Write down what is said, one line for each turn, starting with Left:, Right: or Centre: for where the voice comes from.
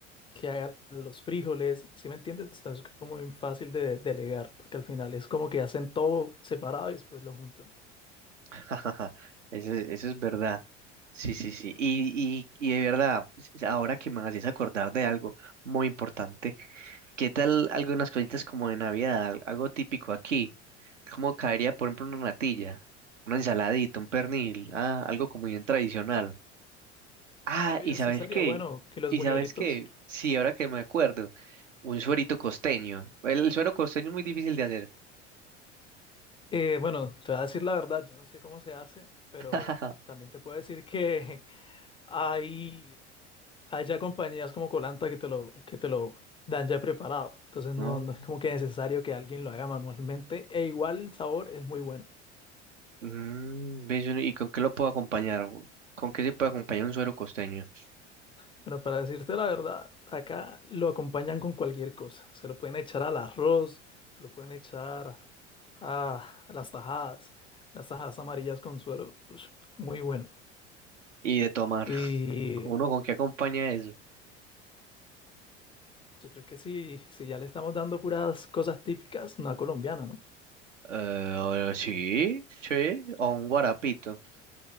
Left: que haga los frijoles, ¿sí me entiendes? Entonces es como bien fácil de delegar, porque al final es como que hacen todo separado y después lo juntan.
Right: <laughs> Eso, es- eso es verdad. Sí, sí, sí. Y, y, y de verdad, s- ahora que me haces acordar de algo muy importante, ¿qué tal algunas cositas como de Navidad? Al- Algo típico aquí. Como caería, por ejemplo, una natilla, una ensaladita, un pernil, ah, algo como bien tradicional. Ah,
Left: Oye,
Right: ¿y
Left: eso
Right: sabes
Left: sería
Right: qué?
Left: bueno que los
Right: ¿Y
Left: buñuelitos.
Right: sabes qué? Sí, ahora que me acuerdo, un suerito costeño. El, el suero costeño es muy difícil de hacer.
Left: Eh, bueno, te voy a decir la verdad, yo no sé cómo se hace, pero
Right: <laughs>
Left: también te puedo decir que <laughs> hay, hay ya compañías como Colanta que te lo, que te lo dan ya preparado. Entonces no,
Right: Oh.
Left: no es como que necesario que alguien lo haga manualmente. E igual el sabor es muy bueno.
Right: Mm, ¿ves? ¿Y con qué lo puedo acompañar? ¿Con qué se puede acompañar un suero costeño?
Left: Bueno, para decirte la verdad, acá lo acompañan con cualquier cosa. Se lo pueden echar al arroz, se lo pueden echar a, a las tajadas, las tajadas amarillas con suero. Ush, muy bueno.
Right: Y de tomar.
Left: Y
Right: <laughs> ¿Uno con qué acompaña eso?
Left: Yo creo que sí, si ya le estamos dando puras cosas típicas, una colombiana, ¿no?
Right: Eh, sí, sí, o un guarapito.